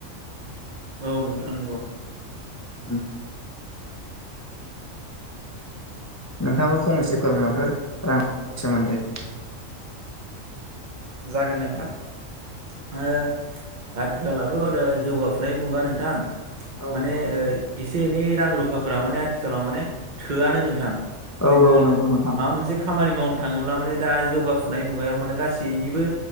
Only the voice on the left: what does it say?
होम। नोंथाङाबा फंनैसो फोरमायहरदो रां <inaudible> सोमोन्दै।
औ
नंगौ
औ
नंगौ नोंथां